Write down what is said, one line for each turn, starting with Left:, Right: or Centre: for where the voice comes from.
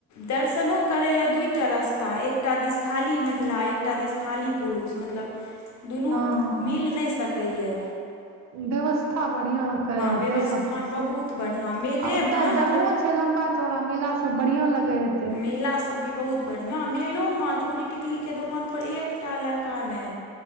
Left: दर्शनो करै लै दूटा रस्ता, एकटा दिस खाली महिला, एकटा दिस खाली पुरुष मतलब दुनू
Right: हँ
Left: मिल नै सकय यै।
Right: व्यवस्था बढ़िया करय हेतै
Left: व्यवस्था
Right: सब चीज से
Left: बहुत बढ़िआँ मेलेमे
Right: आ ओतय जगहो
Left: मतलब
Right: छै लम्बा-चौड़ा मेला सब बढ़िया लगे हेतै।
Left: मेला सब भी बहुत बढ़िया, मेलो में चूड़ी, टिकली के दोकान पर एकटा लड़का नै